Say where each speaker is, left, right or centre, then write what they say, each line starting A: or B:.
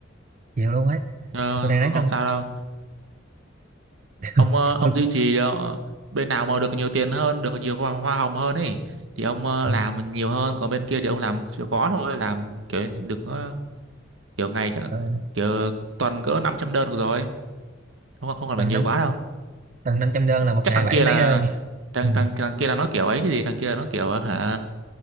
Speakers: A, on the right (about 40°); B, on the right (about 80°).
A: chịu luôn ấy
B: ờ,
A: tôi đang ráng
B: không không
A: cân
B: sao đâu
A: <laughs>
B: ông ờ,
A: tôi
B: ông
A: cũng
B: duy trì ờ, bên nào mà được nhiều tiền hơn được nhiều hoa, hoa hồng hơn ấy thì ông ờ,
A: ừ.
B: làm nhiều hơn còn bên kia thì ông làm chưa có thôi làm kiểu được ờ, kiểu ngày chắc
A: Ờ.
B: kiểu tuần cỡ 500 đơn được rồi không không cần
A: Cần
B: phải nhiều
A: năng
B: quá đâu
A: tầng 500 đơn là một
B: chắc
A: ngày
B: thằng
A: bảy
B: kia
A: mấy
B: là
A: đơn
B: thằng
A: ừ.
B: thằng thằng kia là nó kiểu ấy chứ gì thằng kia là nó kiểu ờ, hả